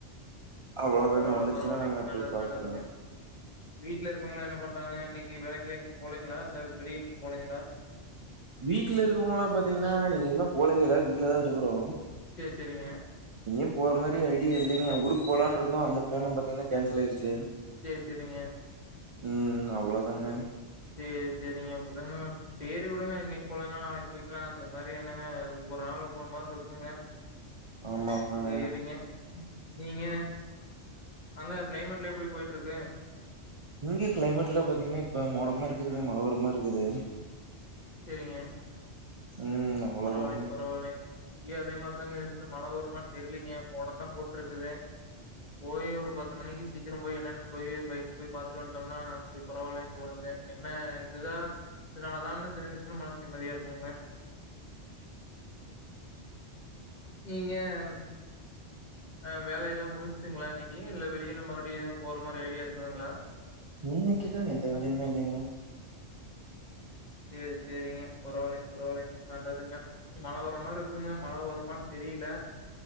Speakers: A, on the right (about 40°); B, on the left (about 40°).
A: அவ்வளோதாங்க
B: பரவால்ல
A: வந்துருச்சுன்னா
B: பரவால்லைங்க
A: நாங்க அப்படியே
B: நல்லது
A: பார்க்குறதுதான்.
B: நல்லதுங்க வீட்ல இருக்கவங்களாம் என்ன பண் றாங்க இன்னைக்கி வேலைக்குலா எங்கயோ போலங்ளா இல்ல. வெளிய எங்கயு போலீங்களா
A: வீட்ல இருக்கவுங்கலலாம் பாத்தீங்னா எங்கயுமாே போலைங்க எல்லாரு வீ. வீட்லதா இருக்கறோ.
B: சேரி சேரிங்க
A: எங்யும் போற மாரி ஐடியா இல்லைங்க ஊருக்கு போலான். ட்ருந்தோ அந்த ப்ளானு பாத்திங்னா கேன்சல் ஆயிருச்சு.
B: சேர் செரிங்க
A: ம் அவ்வளோதாங்க.
B: சேர் செரிங்க வுடுங்க. சேரி வுடுங்க இன்னைக்கு போலைனா நாளைக்கு போய்க்லா அந்த மாரி எண்ணுங் ஒவ்வொரு நாளு ஒவ்வொரு மார்ருக்குங்க.
A: ஆமா ஆமாங்க
B: சேரிங்க நீங்க அங்க க்ளைமேட்ல எப்டி போயிட்ருக்கு.
A: இங்க க்ளைமேட்ல பாத்தீங்னா இப்ப மோடமா இருக்குதுங்க மழ வர மாரி இருக்குது
B: செரிங்க.
A: ம் அவ்ளோதாங்க
B: பரவால்லைங் பரவால்லைங் இங்யு அதே மார்தாங்க இருக்கு மழ வருமான் தெர்லிங்க மோடம்தா போட். ருக்குது போய் ஒரு பத்து மணிக்கு சீக்கிரோ போய் என்னன் போயி பைக்கு போய் பாத்திட்டு வன்ட்டோம்னா <unintelligible> பரவால்லைன்னு தோணுதுங்க என்ன இதுதான் இதனாலதான் தெரிஞ்சுரிச்சுனு மனசு நிம்மதியா இருக்குங்க. நீங்க ம். அ வேலயெல்லாம் முடிஞ்சுங்ளா இன்னைக்கு இல்ல வெளில மறுடியும் போற மாரி ஐடியா இருக்குதுங்ளா.
A: இன்னைக்குதா எந்த வேலையுமே இல்லைங்க.
B: சேரி சேரிங்க பரவாயில்லைங்க பரவாயில்லைங்க நல்லதுங்க இங்க மழை வர மாரி துங்க மழை வருமான்னு தெரியல